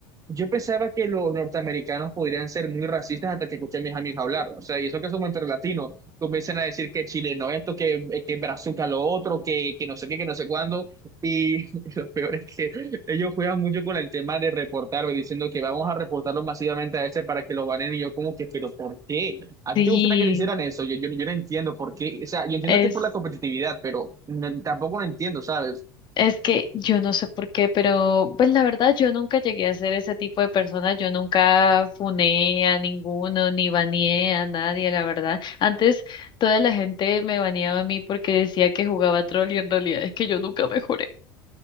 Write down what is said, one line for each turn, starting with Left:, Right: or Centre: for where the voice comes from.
Right: Yo pensaba que los norteamericanos podrían ser muy racistas hasta que escuché a mis amigos hablar, o sea, y eso que somos entre latinos, comienzan a decir que chileno esto, que, eh, que brazuca lo otro, que, que no sé qué, que no sé cuándo. Y <laughs> lo peor es que ellos juegan mucho con el tema de reportarlo, diciendo que vamos a reportarlo masivamente a ese para que lo ganen. Y yo como que, pero ¿por qué? ¿A
Left: Sí,
Right: ti te gustaría que te hicieran eso? Yo, yo, yo no entiendo por qué. O sea, yo entiendo
Left: es,
Right: que por la competitividad, pero no- tampoco lo entiendo, ¿sabes?
Left: es que yo no sé por qué, pero pues la verdad yo nunca llegué a ser ese tipo de persona, yo nunca funé a ninguno, ni baneé a nadie, la verdad. Antes toda la gente me baneaba a mí porque decía que jugaba troll y en realidad es que yo nunca mejoré.